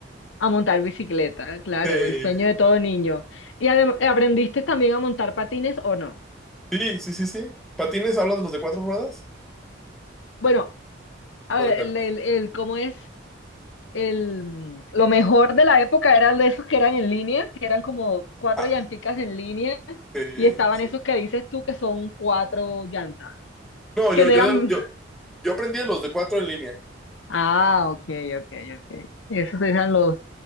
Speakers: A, on the left (about 75°); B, in the centre.
A: Ah, A montar bicicleta, claro,
B: Eh,
A: el sueño de todo niño. ¿Y adem- aprendiste también a montar patines o no?
B: Sí, sí, sí, sí. ¿Patines hablas de los de cuatro ruedas?
A: Bueno, a
B: ¿O
A: ver,
B: de cuáles?
A: el, el, el- ¿cómo es? el, lo mejor de la época eran de esos que eran en línea, que eran como cuatro
B: Ah,
A: llanticas en línea,
B: eh,
A: y estaban
B: sí.
A: esos que dices tú que son cuatro llantas,
B: No,
A: que
B: yo,
A: no
B: yo,
A: eran... <laughs>
B: yo, yo aprendí de los de cuatro en línea.
A: Ah, ok, ok, ok. Esos eran los,